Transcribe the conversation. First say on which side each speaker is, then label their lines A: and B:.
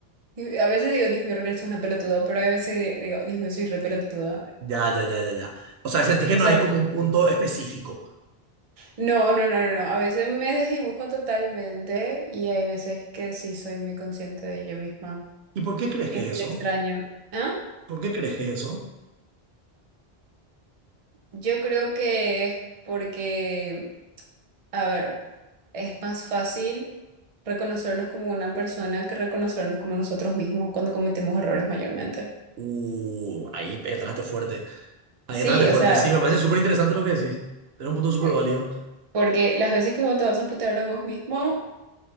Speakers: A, on the right; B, on the right.
A: Y A veces digo, Dios mío, Raquel, sos una pelotuda, pero a veces digo, Dios mío, soy re pelotuda.
B: Ya, ya, ya, ya, ya. O sea, sentí que
A: O
B: no
A: sea,
B: hay como un punto específico.
A: no, no, no, no, no. A veces me desdibujo totalmente y hay veces que sí soy muy consciente de yo misma.
B: ¿Y por qué crees
A: Y
B: que
A: es
B: es
A: muy
B: eso?
A: extraño. ¿Ah?
B: ¿Por qué crees que es eso?
A: Yo creo que es porque A ver, es más fácil reconocernos como una persona que reconocernos como nosotros mismos cuando cometemos errores mayormente.
B: Uh, ahí entraste fuerte. Ahí
A: Sí,
B: entraste fuerte.
A: o sea,
B: Sí, me parece súper interesante lo que decís. Era un punto súper
A: eh,
B: válido.
A: porque las veces que vos te vas a putear a vos mismo,